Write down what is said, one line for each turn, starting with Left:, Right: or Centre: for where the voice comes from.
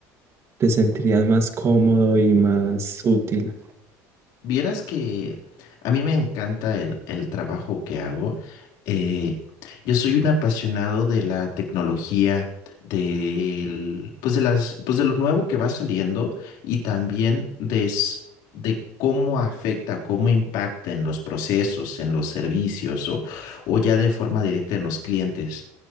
Right: te sentirías más cómodo y más útil?
Left: Vieras que a mí me encanta el, el trabajo que hago. Eh, yo soy un apasionado de la tecnología, del, pues de las, pues de lo nuevo que va saliendo y también de, s- de cómo afecta, cómo impacta en los procesos, en los servicios o, o ya de forma directa en los clientes.